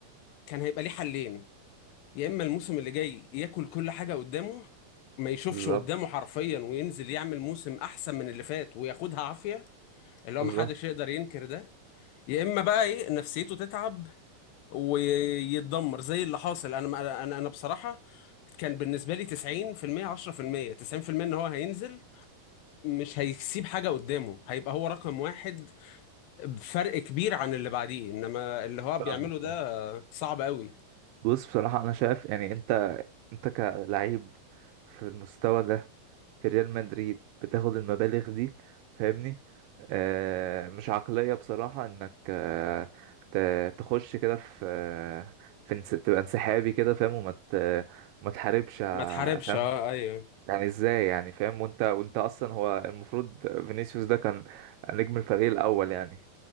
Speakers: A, on the left; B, on the right.
A: كان هيبقى ليه حلين يا اما الموسم اللي جاي ياكل كل حاجه قدامه ما يشوفش
B: بالظبط
A: قدامه حرفيا وينزل يعمل موسم احسن من اللي فات وياخدها عافيه اللي
B: بالظبط
A: هو ما حدش يقدر ينكر ده يا اما بقى ايه نفسيته تتعب ويتدمر زي اللي حاصل انا ما- انا انا بصراحه كان بالنسبه لي 90% 10% 90% ان هو هينزل مش هيسيب حاجه قدامه هيبقى هو رقم واحد بفرق كبير عن اللي بعديه انما اللي هو
B: فاهمك
A: بيعمله ده صعب قوي
B: بص بصراحة أنا شايف يعني أنت أنت كلعيب في المستوى ده في ريال مدريد بتاخد المبالغ دي فاهمني آه مش عقلية بصراحة انك آه ت- تخش كده في آه في انس- تبقى انسحابي كده فاهم وما ت- ما تحاربش ع-
A: ما تحاربش
B: فاهم
A: اه ايوه
B: يعني ازاي يعني فاهم وانت وانت اصلا هو المفروض فينيسيوس ده كان نجم الفريق الاول يعني